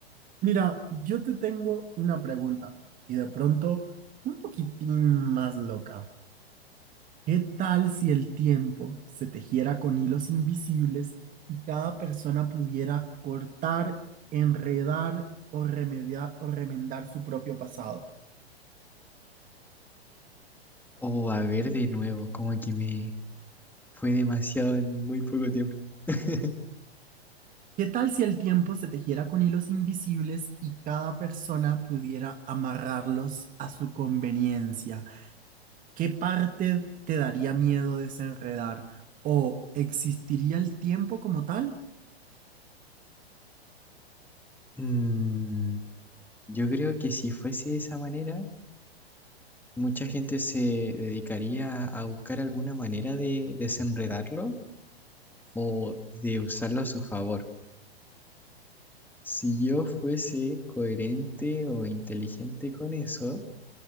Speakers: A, on the right; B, in the centre.
A: Mira, yo te tengo una pregunta y de pronto un poquitín más loca. ¿Qué tal si el tiempo se tejiera con hilos invisibles y cada persona pudiera cortar, enredar o remediar o remendar su propio pasado?
B: O a ver de nuevo, como que me fue demasiado en muy poco tiempo. <laughs>
A: ¿Qué tal si el tiempo se tejiera con hilos invisibles y cada persona pudiera amarrarlos a su conveniencia? ¿Qué parte te daría miedo desenredar? ¿O existiría el tiempo como tal?
B: Mm, yo creo que si fuese de esa manera, mucha gente se dedicaría a buscar alguna manera de desenredarlo o de usarlo a su favor. Si yo fuese coherente o inteligente con eso,